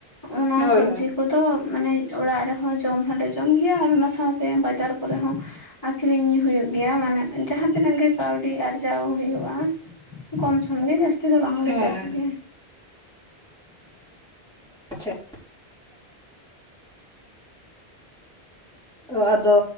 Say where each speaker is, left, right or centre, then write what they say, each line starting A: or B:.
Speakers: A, on the left (about 20°); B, in the centre.
A: ᱚᱱᱟ
B: ᱦᱳᱭ
A: ᱥᱚᱵᱡᱤ
B: ᱦᱳᱭ
A: ᱠᱚᱫᱚ ᱢᱟᱱᱮ ᱚᱲᱟᱜ ᱨᱮᱦᱚᱸ ᱡᱚᱢ ᱦᱚᱸᱞᱮ ᱡᱚᱢ ᱜᱮᱭᱟ ᱟᱨ ᱚᱱᱟ ᱥᱟᱶᱛᱮ ᱵᱟᱡᱟᱨ ᱠᱚᱨᱮ ᱦᱚᱸ ᱟᱠᱷᱨᱤᱧ ᱦᱩᱭᱩᱜ ᱜᱮᱭᱟ ᱢᱟᱱᱮ ᱡᱟᱦᱟᱸ ᱛᱤᱱᱟᱹᱜ ᱜᱮ ᱠᱟᱹᱣᱰᱤ ᱟᱨᱡᱟᱣ ᱦᱩᱭᱩᱜ ᱦᱩ ᱠᱚᱢ ᱥᱚᱢ ᱜᱮ ᱡᱟᱹᱥᱛᱤ ᱫᱚ ᱵᱟᱝᱞᱮ
B: ᱦᱮᱸ
A: ᱪᱟᱥ ᱜᱮᱭᱟ
B: ᱟᱪᱷᱟ <inaudible> ᱛᱚ ᱟᱫᱚ